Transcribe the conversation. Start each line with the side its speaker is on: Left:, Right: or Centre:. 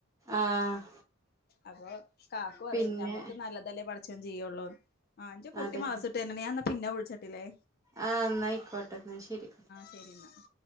Right: ആഹ്
Left: അപ്പൊ കാക്കു പറയും
Right: പിന്നെ
Left: ഞമ്മക്ക് നല്ലതല്ലേ പടച്ചോൻ ചെയ്യുള്ളൂന്ന് ആഹ് അന്ഞ്ച് കുട്ടി
Right: അതന്നെ
Left: മാദ്രസ്സ വിട്ടു വരണുണ്ടു ഞാ എന്നാ പിന്നെ വിളിച്ചട്ടില്ലേ
Right: ആഹ് എന്നയിക്കോട്ടെ എന്നാ ശരി
Left: ശരിയെന്നാ